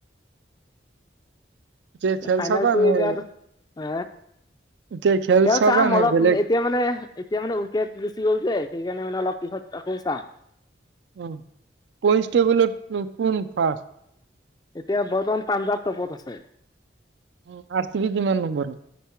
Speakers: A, on the right; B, on the left.
A: যে খেল
B: ফাইনেলটো
A: চাবা নে
B: এইবাৰ হে?
A: এতিয়া
B: খেল
A: চাবা
B: চাম
A: নে
B: অলপ
A: বেলেগ
B: এতিয়া মানে, এতিয়া মানে উইকেট গুচি গ'ল যে, সেইকাৰণে মানে অলপ পিছত আকৌ চাম।
A: উ কষ্টেবুলত নো কোন ফাৰ্ষ্ট?
B: এতিয়া বৰ্তমান পাঞ্জাৱ টপত আছে।
A: উ আৰচিবি কিমান নম্বৰৰ?